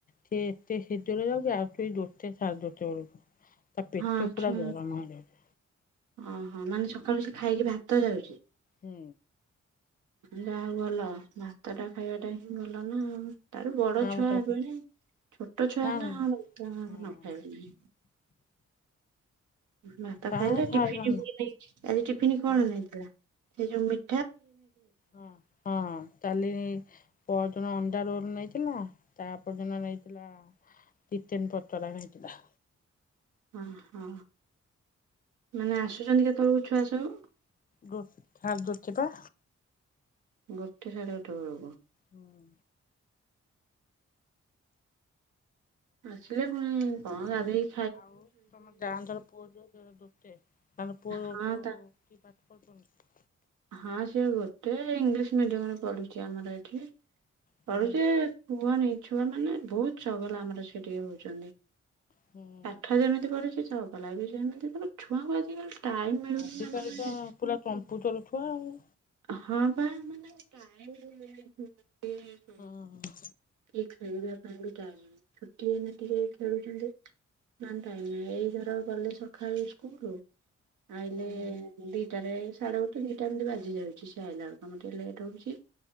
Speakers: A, on the left (about 30°); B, on the right (about 85°).
A: ସେ ଏତେ ଶିଦର ଯାଉଛି ଆଉଛି, ଦୋଟେ ସାଡ଼େ ଦୋଟେ ବେଳକୁ। ତା ପେଟ
B: ହଁ, ଆଛା,
A: ପୁରା ଗରମ ହେଇଯାଉଛି।
B: ଓହୋ! ମାନେ ସକାଳୁ ସେ ଖାଇକି ଭାତ ଯାଉଛି।
A: ହୁଁ।
B: ଯାହା, ହଉ ଭଲ। ଭାତ ଟା ଖାଇବାଟା ହିଁ ଭଲ ନା ଆଉ। ତାର ବଡ
A: ନା
B: ଛୁଆ
A: ମୁଁ ତାକୁ
B: ହେବେଣି। ଛୋଟ ଛୁଆ
A: ନା
B: ହେନେ ହଁ <unintelligible> ନ
A: ହଁ
B: ଖାଇବେ ନାହିଁ। ଭାତ
A: ତାର
B: ଖାଇଲେ
A: ଖାଇବା
B: ଟିଫିନ୍ <inaudible> ନେଇକି ଆଜି ଟିଫିନ୍
A: ନୁହଁ।
B: କଣ ନେଇଥିଲା? ସେ ଯୋଉ ମିଠ୍
A: ହଁ, ହଁ, ତାହେଲେ ପଅରଦିନ ଅଣ୍ଡା ରୋଲ୍ ନେଇଥିଲା। ତା'ପର ଦିନ ନେଇଥିଲା ତିତେନ୍ ପତୋରା ନେଇଥିଲା।
B: ଓହୋ! ମାନେ ଆସୁଛନ୍ତି କେତେବେଳକୁ ଛୁଆ ସବୁ?
A: ଗୋ ଥାର୍ ଦୋତେ ପା।
B: ଗୋଟେ ସାଢ଼େ ଗୋଟେ ବେଳକୁ
A: ହୁଁ।
B: ଉଁ ଆସିଲେ ପୁଣି କଣ ଗାଧେଇ
A: ଆଉ ତମ ଯା ନ୍ତର ର ପୁଅ ଧୀୟ ଦୋ-ଦୋତେ ତାର ପୁଅ ଦଉ
B: ହଁ ତା
A: <unintelligible>
B: ହଁ ସିଏ ଗୋଟେ ଇଂଲିଶ ମିଡିୟମ ରେ ପଢୁଚି ଆମର ଏଠି।
A: ହୁଁ
B: ପଢୁଚି କୁହନି ଛୁଆମାନେ ବହୁତ ଚଗଲା ଆମର ସେ ଟିକେ ହଉଚନ୍ତି।
A: ହୁଁ
B: ପାଠ ଯେମିତି ପଢୁଚି ଚଗଲା ବି ସେମିତି। ତାପରେ ଛୁଆଙ୍କୁ ଆଜିକାଲି ଟାଇମ ମିଳୁନି
A: ଆଜିକାଲି
B: ନା ମାନେ
A: ପା ପୁରା କମ୍ପୁଟର ଛୁଆ ଆଉ।
B: ହଁ ବା ମାନେ। <unintelligible>
A: ହଁ।
B: ଟିକେ ଖେଳିବା ପାଇଁ ବି ଟାଇମ୍ ନାହିଁ। ଛୁଟି ଏଇନେ ଟିକେ ଖେଳୁଛନ୍ତି। ମାନେ ଟାଇମ ନାହିଁ। ଏଇ ଧର ଗଲେ ସଖାଳୁ ସ୍କୁଲ ଆଇଲେ
A: ହୁଁ
B: ଦିଟାରେ ସାଢେ ଗୋଟେ ଦିଟା ଏମିତି ବାଜି ଯାଉଚି ସିଏ ଆଇଲା ବେଳକୁ। କାମ ଟିକେ ଲେଟ୍ ହଉଚି।